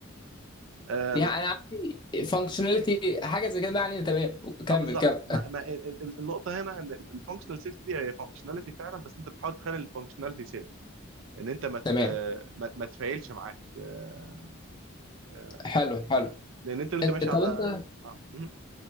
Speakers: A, on the right; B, on the left.
A: آم،
B: يعني عندي فانكشناليتي حاجة زي كده ما علينا تمام كمل
A: اه بالظبط
B: كمل
A: ما... ما... ال- ال- النقطه هنا ان الفانكشنال سيفتي دي هي فانكشناليتي فعلا بس انت بتحاول تخلي الفانكشناليتي سيف ان انت ما ت...
B: تمام
A: ما, ما تفعلش معاك آه، آه،
B: حلو حلو
A: لان انت وانت
B: إن-
A: ماشي على
B: طب أنت
A: اه مهم.